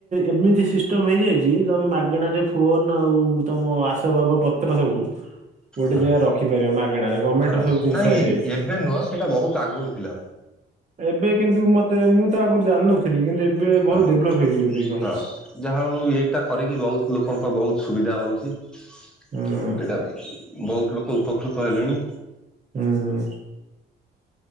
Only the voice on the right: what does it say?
ଏମିତି ସିଷ୍ଟମ ହେଇଯାଇଛି, ତମେ ମାଗଣା ରେ ଫୋନ ଆଉ ତମ ଆସ ବାବ ପତ୍ର ସବୁ, ଗୋଟେ
ଜେଗାରେ ରଖିପାରିବ ମାଗଣାରେ, ଗମେଣ୍ଟ
ସବୁ ଦିନିଷ
ହେଇଯାଇଛି।
ଏବେ କିନ୍ତୁ ମତେ ମୁଁ ତ ଆଗରୁ ଜାଣିନଥିଲି, କିନ୍ତୁ ଏବେ ବହୁତ
ଡେଭଲପ ହେଇଛି ବୋଧେ କି କଣ?
ହୁଁ
ହୁଁ